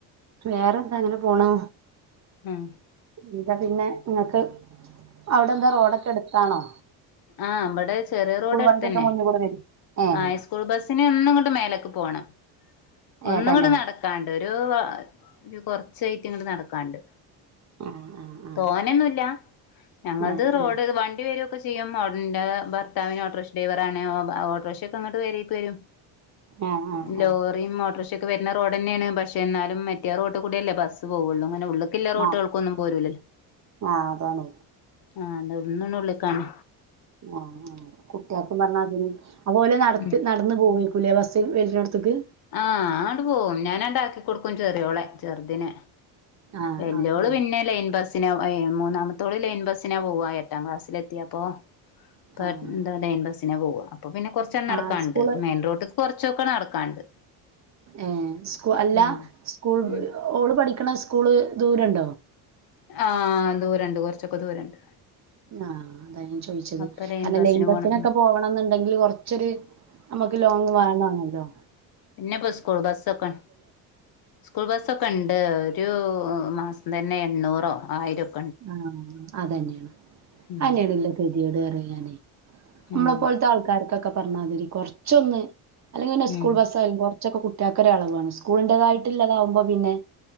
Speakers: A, on the right; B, on the left.
A: വേറെന്താ അങ്ങനെ പോണു
B: ഉം
A: എന്താ പിന്നെ ഇങ്ങക്ക് അവിടെന്താ റോഡൊക്കെ അടുത്താണോ
B: ആ ഇവടെ ചെറിയ റോഡ് എട്ത്തന്നെ
A: വണ്ടിയൊക്കെ മുന്നിൽ കൂടെ വരും ഏഹ്
B: ആ സ്കൂൾ ബസ്സിന് എന്നും ഇങ്ങട്ട് മേലേക്ക് പോണം ഒന്നിങ്ങട്
A: ഏഹ് തന്നെ
B: നടക്കാൻണ്ട് ഒരു ഒരു കൊറച്ചായിട്ട് ഇങ്ങട്ട് നടക്കാൻണ്ട്
A: ആഹ് ആഹ്
B: തോനൊന്നുല്ല ഞങ്ങളത്
A: ആഹ്
B: റോഡ്
A: ആഹ്
B: വണ്ടിവരും ചെയ്യാൻ പാടുണ്ട് ഭർത്താവിന് ഓട്ടോറിക്ഷ ഡ്രൈവറാണ് ഓട്ടോറിക്ഷ ഒക്കെ അങ്ങ് പെരേക്ക് വരും
A: ആഹ് ആഹ് ആഹ് ആഹ്
B: ലോറിയും ഓട്ടോറിഷക്കെ വര്ണ റോഡന്നെയാണ് പക്ഷേന്നാലും മറ്റേ റോഡ കൂടെല്ലേ ബസ് പോകുള്ളൂ മ ഉള്ളിക്കില്ല റോട്ടുകൾക്കൊന്നും
A: ആഹ്
B: പോരൂല
A: ആഹ് അതാണ്
B: ആ ന്നാ വിളി ഇന്നുനുള്ളേക്കാണ്
A: ആ ആ കുട്ടികൾക്കും പറഞ്ഞാ അതി അതുപോലെ നടത്തി
B: ഉം
A: നടന്ന് പോകും പുലയ വാസി വരനോടത്തക്ക്
B: ആഹ് അങ്ങട് പോകും ഞാനങ്ങടാക്കി കൊടുക്കും ചെറിയോളെ ചെറുതിനെ
A: ആഹ്
B: വെല്യോള്
A: ആഹ് ആഹ്
B: പിന്നെ ലൈൻ ബസ് പിന്നെ ആ മൂന്നാമത്തോള് ലൈൻ ബസിനാ പോവാ എട്ടാം ക്ലാസ്സിലെത്തിയപ്പൊ കട്ന്താ
A: ആഹ്
B: <unintelligible> ലൈൻ ബസിലാ പോവാ അപ്പൊ പിന്നെ കുറച്ചങ്ങ് നടക്കാണ്ട്
A: ആഹ് സ്കൂള്
B: മെയിൻ റോഡ്ക്ക്‌ കുറച്ചൊക്കെ നടക്കാണ്ട്
A: ഏ സ്കൂ അല്ല
B: ഉം
A: സ്കൂൾ
B: ഉം
A: ഓള് പഠിക്കണ സ്കൂള് ദൂരണ്ടോ
B: ആ ദൂരണ്ട് കൊറച്ചൊക്കെ ദൂരണ്ട്
A: ആ അതാ ഞാൻ ചോദിച്ചത്
B: അപ്പൊ
A: കാരണം
B: ബസ്സിന്
A: ലൈൻ ബേസിലൊക്കെ
B: പോണം ഉം
A: പോവണന്നുണ്ടെങ്കിൽ കുറച്ചൊരു- നമ്മക്ക് ലോങ്ങ് വേണണല്ലോ
B: പിന്നെപ്പോ സ്കൂൾ ബസ്സൊക്കെ സ്കൂൾ ബസ്സൊക്കെണ്ട് ഒരു മാസം തന്നെ എണ്ണൂറോ ആയിരോ-
A: ആ അതന്നെയാണ്
B: ഉം
A: അയിനാണല്ലേ ഗതികേട് അറിയാനേ നമ്മളെപ്പോലത്തെ
B: ഉം
A: ആൾക്കാർക്കൊക്കെ പറഞ്ഞാതിരി കൊറച്ച്- കുറച്ചൊന്ന് അല്ലെങ്കിൽന്നെ
B: ഉം
A: സ്കൂൾ ബസ് ആയാലും കൊ കൊറച്ചൊക്കെ കുട്ടികൾക്കൊരു എളവ് വേണം സ്കൂളിന്റെതായിട്ടുള്ളതാകുമ്പപിന്നെ